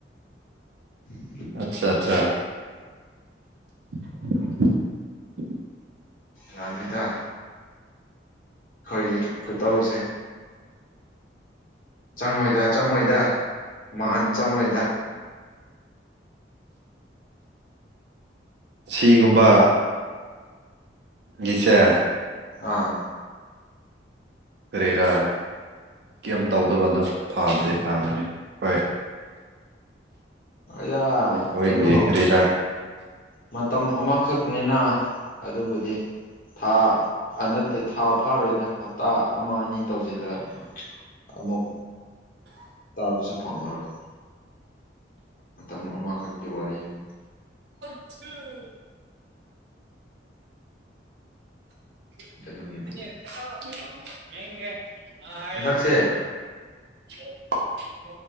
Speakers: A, on the left; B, on the right.
A: ꯎꯝ
B: ꯑꯆꯥ ꯑꯠꯆꯥ <unintelligible>
A: ꯔꯥꯗꯤꯦꯗ ꯑꯩꯈꯣꯏꯒꯤ ꯈꯨꯇꯧꯁꯦ ꯆꯪꯉꯣꯏꯗ ꯆꯪꯉꯣꯏꯗ ꯃꯥꯥꯟ ꯆꯪꯉꯣꯏꯗ
B: ꯁꯤꯒꯨꯝꯕ ꯒꯤꯁꯦ
A: ꯑꯥ
B: ꯀꯔꯦꯔ ꯀꯦꯝ ꯇꯧꯗꯕꯗꯣ ꯐꯕꯗꯤ ꯐꯕꯅꯤ ꯍꯣꯏ
A: ꯑꯣꯖꯥ
B: ꯑꯩꯈꯣꯏꯒꯤ
A: ꯀꯩꯅꯣ
B: ꯀꯔꯤꯔꯥ
A: ꯃꯇꯝ ꯑꯃꯈꯛꯅꯤꯅ ꯑꯗꯨꯕꯨꯗꯤ ꯊꯥ ꯅꯠꯇꯦ ꯊꯥ ꯐꯥꯔꯣꯏꯗ ꯍꯞꯇꯥ ꯑꯃ ꯑꯅꯤ ꯇꯧꯁꯤꯜꯂ ꯑꯃꯨꯛ ꯇꯥꯕꯁꯨ ꯐꯪꯉꯔꯣꯏ ꯃꯇꯝ ꯑꯃꯈꯛꯀꯤ ꯋꯥꯔꯤꯅꯤ
B: ꯎꯝ ꯌꯦ
A: ꯑꯗꯨꯒꯤꯕꯨꯗꯤ
B: ꯑ
A: ꯍꯟꯗꯛꯁꯦ
B: ꯍꯥꯏ